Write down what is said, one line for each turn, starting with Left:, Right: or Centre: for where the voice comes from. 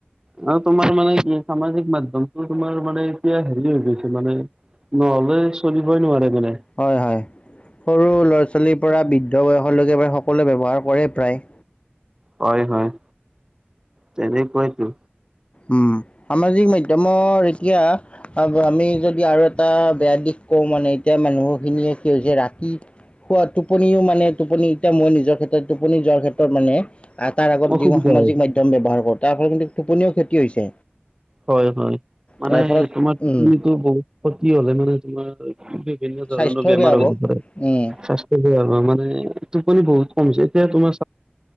Right: আৰু তোমাৰ মানে কি সামাজিক মাধ্যমটো তোমাৰ মানে এতিয়া হেৰি হৈ গৈছে মানে নহ'লে চলিবই নোৱাৰে। মানে।
Left: হয় হয়, সৰু ল'ৰা ছোৱালীৰ পৰা বৃদ্ধ বয়সলৈকে বাৰে সকলোৱে ব্যৱহাৰ কৰে প্ৰায়।
Right: হয় হয়, তেনেকুৱাই তো।
Left: উম, সামাজিক মাধ্যমৰ এতিয়া, আমি যদি আৰু এটা বেয়া দিশ কওঁ মানে এতিয়া মানুহখিনিয়ে কি হৈছে ৰাতি কি খোৱা টোপনিও মানে টোপনি এতিয়া মই নিজৰ ক্ষেত্ৰত টোপনি যোৱাৰ ক্ষেত্ৰত মানে তাৰ আগত
Right: অসুবিধা
Left: যি সামাজিক
Right: হয়
Left: ব্যৱহাৰ কৰো তাৰ ফলত কিন্তু টোপনিও ক্ষেত্ৰত কি হৈছে?
Right: হয় হয় মানে,
Left: তাৰ ফলত
Right: তোমাৰ
Left: উম,
Right: তুমিটো বহুত সতি হলে মানে তোমাৰ বিভিন্ন ধৰণৰ
Left: স্বাস্থ্যও
Right: বেমাৰ
Left: বেয়া হ'ব
Right: হৈ পাৰে।
Left: উম,
Right: স্বাস্থ্য ভাল মানুহজনৰ মানে টোপনি বহুত কম হৈছে এতিয়া তোমাৰ